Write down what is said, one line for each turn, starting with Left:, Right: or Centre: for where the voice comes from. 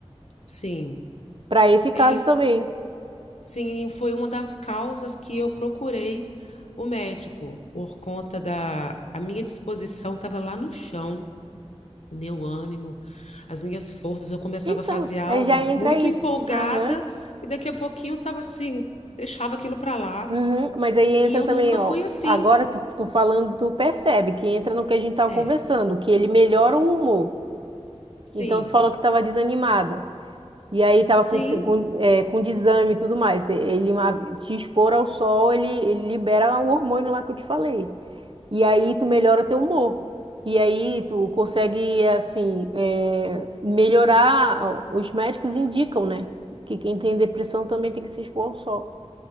Left: sim.
Right: para esse caso
Left: Ei,
Right: também.
Left: Sim, foi uma das causas que eu procurei o médico, por conta da a minha disposição estava lá no chão, o meu ânimo, as minhas forças. Eu começava
Right: Então,
Left: a fazer algo
Right: aí já entra
Left: muito
Right: isso.
Left: empolgada
Right: Aham.
Left: e daqui a pouquinho eu estava assim, deixava aquilo para lá.
Right: Uhum. Mas aí entra
Left: E eu
Right: também,
Left: nunca
Right: ó.
Left: fui assim.
Right: Agora tu, tu falando, tu percebe que entra no que a gente tava
Left: É,
Right: conversando, que ele melhora o humor.
Left: sim,
Right: Então tu falou que tava desanimada. E aí tava
Left: sim,
Right: com, segun- eh, com desânimo e tudo mais. E- Ele uma- te expor ao sol, ele, ele libera lá o hormônio lá que eu te falei. E aí tu melhora teu humor. E aí tu consegue, assim, eh, melhorar. Os médicos indicam, né? Que quem tem depressão também tem que se expor ao sol.